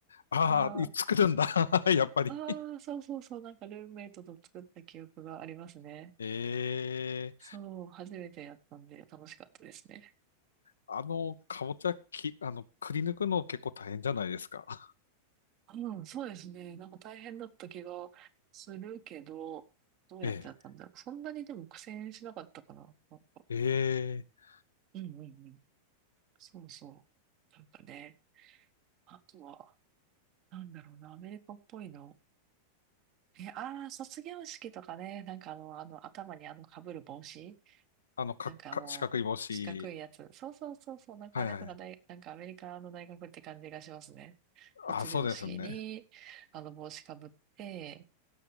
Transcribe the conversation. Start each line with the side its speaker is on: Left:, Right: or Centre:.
Left: ああ、
Right: まあ、
Left: 作るんだ。<laughs> やっぱり。
Right: ああ、そうそうそう、なんかルームメイトと作った記憶がありますね。
Left: ええ
Right: そう、初めてやったんで楽しかったですね。
Left: あの、かぼちゃき、あの、くり抜くの結構大変じゃないですか。<laughs>
Right: うん、そうですね。なんか大変だった気がするけど、どうやってやったんだろう。
Left: え
Right: そんなにでも苦戦しなかったかな。なんか、
Left: え。ええ
Right: うんうんうん。そうそう。なんかね、あとは、なんだろうな、アメリカっぽいの。え、ああ、卒業式とかね、なんかあの、あの、頭にあの被る帽子
Left: あの、か、
Right: なんかもう、
Left: か、四角い帽子。
Right: 四角いやつ。そうそうそうそう。なんかあれとか大、
Left: はいはい。
Right: なんかアメリカの大学って感じがしますね。卒業式に、
Left: あ、そうですね。
Right: あの帽子かぶって、